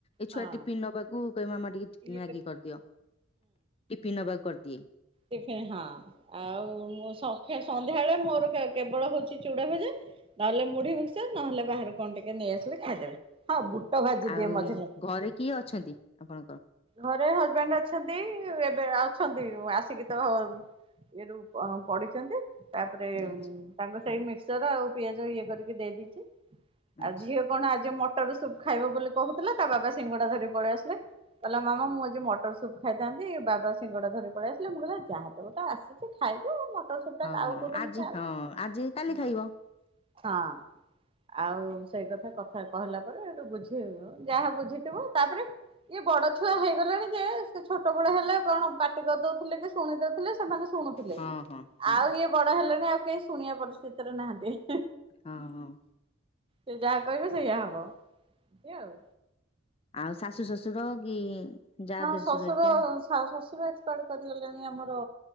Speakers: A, on the left; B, on the right.
A: ଏଇ
B: ହଁ
A: ଛୁଆ ଟିପିନ୍ ନବାକୁ କହିବେ ମାମା ଟିକେ ଟିପିନ୍
B: ଇଏ
A: ମ୍ୟାଗି
B: ତ
A: କରିଦିଅ ଟିପିନ୍ ନବାକୁ କରିଦିଏ।
B: ଟିଫିନ୍ ହଁ ଆଉ ସଖା ସନ୍ଧ୍ୟାଳେ ମୋର କେ କେବଳ ହଉଚି, ଚୁଡା ଭଜା ନହେଲେ ମୁଢି ମିକ୍ସଚର ନହେଲେ ବାହାରୁ କଣ ଟିକେ ନେଇ ଆସିଲେ ଖାଇଦେବେ, ହଁ ବୁଟ ଭାଜି
A: ଆଉ
B: ଦିଏ ମଝିରେ ମଝିରେ
A: ଘରେ କିଏ ଅଛନ୍ତି ଆପଣଙ୍କର?
B: ଘରେ ହଜବେଣ୍ଡ ଅଛନ୍ତି, ଏବେ ଅଛନ୍ତି ଆ ସିକି ତ ଇଏରୁ ପଡିଚନ୍ତି ତାପରେ
A: ଆଚ୍ଛା
B: ତାଙ୍କ ସେଇ ମିକ୍ସଚର ଆଉ ପିଆଜ ଇଏ କରିକି ଦେଇ ଦେଇଚି
A: ଆଚ୍ଛା
B: ଆଉ ଝିଅ କଣ ଆଜି ମ ଟର ସୁପ୍ ଖାଇବ ବୋଲି କହୁଥିଲା ତା ବାବା ସିଙ୍ଗଡା ଧରି ପଳେଇ ଆସିଲେ। କହିଲା ମାମା ମୁଁ ଆଜି ମଟର ସୁପ୍ ଖାଇଥାନ୍ତି, ବାବା ସିଙ୍ଗଡ଼ା ଧରି ପଳେଇ ଆସି ଲେ ମୁଁ କହିଲି ଯାହା ତ ଗୋଟେ ଆସିଚି ଖାଇଦେ ଆଉ <unintelligible>
A: ହଁ
B: ଆଉ କୋଉ ଦିନ
A: ଆଜି
B: <unintelligible>
A: ହଁ ଆଜି କାଲି ଖାଇବ
B: ହଁ ଆଉ ସେଇ କଥା କଥା କହିଲା ପରେ ଏଇଠୁ ବୁଝି ଯାହା ବୁଝିଥିବୁ, ତାପରେ ଇଏ ବଡ ଛୁଆ ହେଇଗଲାଣି ଯେ ସେ ଛୋଟବେଳେ ହେଲେ କଣ ପାଟି କରିଦଉଥିଲେ କି ଶୁଣି ଦଉଥିଲେ ସେମାନେ ଶୁଣୁଥିଲେ,
A: ହଁ ହଁ ହଁ
B: ଆଉ ଇଏ ବଡ ହେଲେଣି ଆଉ କେହି ଶୁଣିବା ପରିସ୍ଥିତିରେ ନାହାନ୍ତି।
A: ହଁ- ହଁ।
B: ସେ ଯାହା କହିବେ ସେଇଆ ହବ ଏଇଆ ଆଉ।
A: ଆଉ ଶାଶୁ ଶଶୁର କି ଯା
B: ହଁ
A: ଦେଢଶୁର
B: ଶ୍ୱଶୁର
A: ହେରିକା
B: ଶା ଶଶୁର ଏକ୍ସପାଡ କରିଗଲେଣି ଆମର